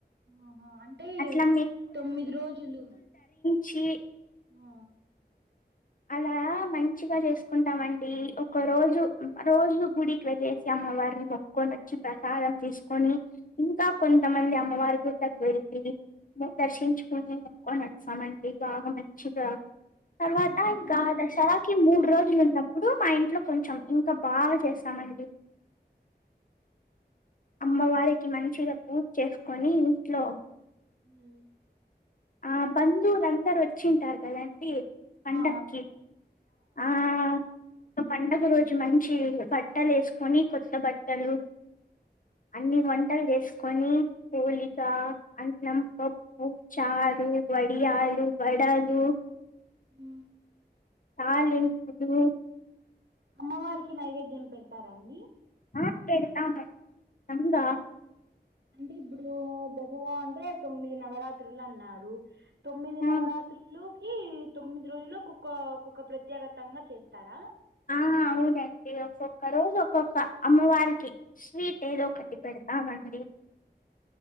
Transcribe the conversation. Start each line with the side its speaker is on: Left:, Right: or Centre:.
Right: ఆహో అంటే
Left: అట్లా
Right: తొమ్మిది రోజులు
Left: చి
Right: ఆ
Left: అలా మంచిగా చేసుకుంటామండి ఒకో రోజు రోజు గుడికి వెళ్ళేసి అమ్మవారిని మొక్కోని వచ్చి ప్రసాదం తీసుకొని ఇంకా కొంతమంది అమ్మవారి గుడ్లకి వెళ్ళి దర్శించుకుని మొక్కని వస్తామండి బాగా మంచిగా తర్వాత
Right: అంటే ఇప్పుడు
Left: ఇంకా దసరాకి మూడు
Right: తొమ్
Left: రోజులు ఉన్నప్ప ఇప్పుడు మా ఇంట్లో కొంచెం ఇంకా బాగా చేస్తామండి అమ్మవారికి మంచిగా పూజ చేసుకొని ఇంట్లో
Right: హ్మ
Left: ఆ బంధువులందరూ వచ్చింటారు కదండి పండగకి
Right: ఆ
Left: ఆ ఇం పండుగ రోజు మంచి బట్టలు వేసుకొని కొత్త బట్టలు అన్ని వంటలు చెస్ కొని పోలిక అన్నం పోప్పు చారు వడియాలు వడలు
Right: మ్మ్
Left: పాలు పెరుగు
Right: అమ్మవారికి నైవేద్యం పెడతారా అండి
Left: ఆ పెడతాం అండి కచ్చితంగా
Right: అంటే ఇప్పుడు దసరా అంటే తొమ్మిది నవరాత్రులు అన్నారు తొమ్మిది
Left: ఆ
Right: నవరాత్రులు ఈ తొమ్మిది రోజులు ఒక్కక్క ఒక్కొక్క ప్రత్యేకతంగా చేస్తారా
Left: ఆ అవునండి ఒక్కొక్క రోజు ఒక్కొక్క అమ్మవారికి స్వీట్ ఏదో కట్టి పెడతాంము <inaudible>